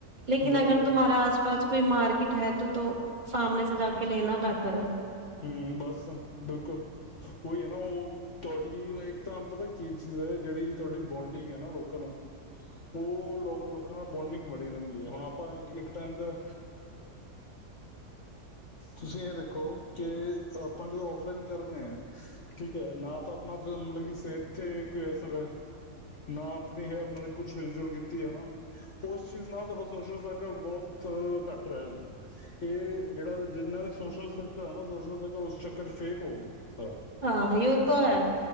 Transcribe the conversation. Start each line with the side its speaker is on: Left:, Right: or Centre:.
Right: ਲੇਕਿਨ
Left: ਬਿਲਕੁਲ
Right: ਅਗਰ ਤ ਤੁਮਾਰਾ ਕੋਈ ਮਾਰਕੀਟ ਹੈ ਤੋਂ-ਤੋਂ ਸਾਹਮਣੇ ਸੇ ਜਾ ਕੇ ਲੇਨਾ <unintelligible>
Left: ਹਮ ਬਸ ਬਿਲਕੁਲ ਉਹੀ ਹੈ ਨਾ ਉਹ ਤੁਹਾਡੀ ਇੱਕ ਤਾਂ ਪਤਾ ਕੀ ਚੀਜ਼ ਹੈ ਜਿਹੜੀ ਤੁਹਾਡੀ ਬੋਂਡਿੰਗ ਹੈ ਨਾ ਲੋਕਾਂ ਨਾਲ। ਉਹ ਲੋ ਲੋਕਾਂ ਨਾਲ ਬੋਂਡਿੰਗ ਬੜੀ ਰਹਿੰਦੀ ਹੈ ਹੁਣ ਆਪਾਂ ਇੱਕ ਟਾਈਮ ਤਾਂ ਤੁਸੀਂ ਇਹ ਦੇਖੋ ਕਿ ਆਪਾਂ ਜਦੋਂ ਔਫਲਾਈਨ ਕਰਦੇ ਹ। ਠੀਕ ਹੈ ਨਾ ਤਾਂ ਆਪਣਾ ਫਿਰ ਮਤਲਬ ਸਿਹਤ ਤੇ ਅਸਰ ਨਾ ਆਪਣੀ ਮਤਲਬ ਕੁਛ ਹਿਲ ਜੁਲ ਕੀਤੀ ਹਨਾ। ਉਸ ਚੀਜ਼ ਨਾਲ ਤੁਆਡਾ ਸੋਸ਼ਲ ਸਰਕਲ ਬਹੁਤ ਕਟ ਰਹ ਜਾਂਦਾ। ਇਹ ਜਿਹੜਾ ਵੀ ਜਿੰਨਾ ਵਿ ਸੋਸ਼ਲ ਸੋਸ਼ਲ ਸਕਲ ਉਸ ਚੱਕਰ ਚ ਫੇਕ ਹੋ ਗਿਆ। ਸਾਰਾ
Right: ਹਾਂ ਯੂ ਤੋਂ ਹੈ